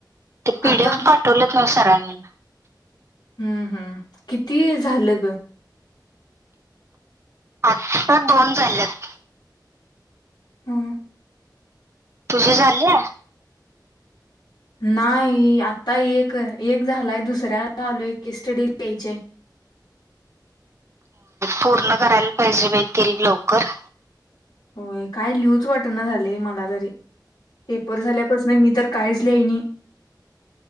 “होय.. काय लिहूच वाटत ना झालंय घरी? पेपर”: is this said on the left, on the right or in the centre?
Left